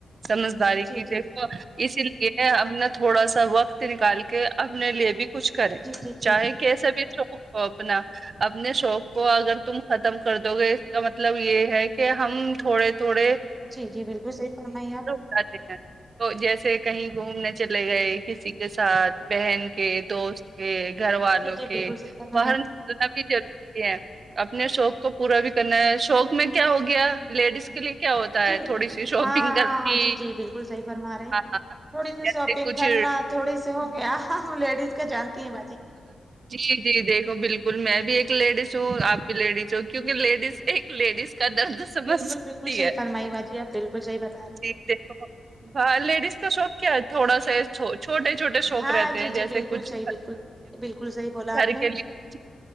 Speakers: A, on the right (about 50°); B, on the right (about 20°).
A: سمجھداری کی
B: جی جی
A: دیکھو اسی لیے اپنا تھوڑا سا وقت نکال کے اپنے لیے بھی کچھ کریں
B: جی جی جی
A: چاہے کیسے بھی شوق ہو اپنا اپنے شوق کو اگر تم ختم کر دو گے تو مطلب یہ ہے کہ ہم تھوڑے تھوڑے
B: جی جی بالکل صحیح فرمائیے آپ
A: سچے ہیں جیسے کہیں گھومنے چلے گئے کسی کے ساتھ بہن کے دوست کے گھر والوں
B: جی جی
A: کے
B: بالکل صحیح فرما
A: باہر
B: رہی
A: نا بھی ضروری ہے اپنے شوق کو پورا بھی کرنا ہے شوق میں کیا ہو گیا لیڈیز کے لیے کیا ہوتا
B: جی
A: ہے تھوڑی سی شاپنگ
B: ہاں
A: کرنی
B: ہاں ہاں جی جی بالکل صحیح فرما رہے ہیں
A: ہاں
B: تھوڑی سی
A: جیسے
B: شاپنگ
A: کچھ
B: کرنا تھوڑی س ہو گیا ہم لیڈیز کیا جانتی ہیں باجی
A: جی جی دیکھو بالکل میں بھی ایک لیڈیز ہوں آپ بھی لیڈیز ہوں کیونکہ لیڈیز ایک لیڈیز کا درد سمجھ
B: بالکل
A: سکتی
B: بالکل صحیح
A: ہے
B: فرمائی باجی آپ بالکل صحیح بتا رہے ہیں
A: ج دیکھو ہاں لیڈیز کا شوق کیا ہے تھوڑا سا چھوٹے چھوٹے شوق
B: ہاں
A: رہتے
B: جی
A: ہیں جیسے
B: جی بالکل
A: کچھ
B: صحیح بالکل بالکل صحیح بولا
A: گھر
B: آپ
A: کے
B: نے
A: لیےچ